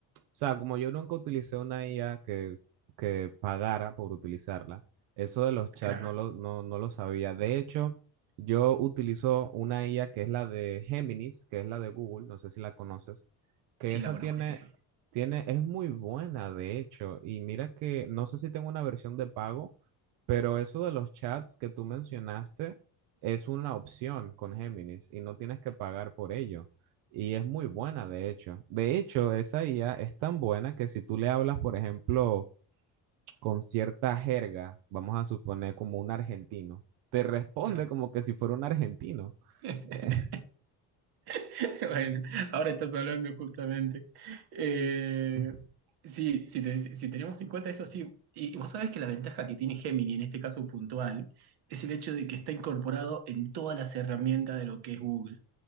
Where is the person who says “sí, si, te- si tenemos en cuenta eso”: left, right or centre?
Right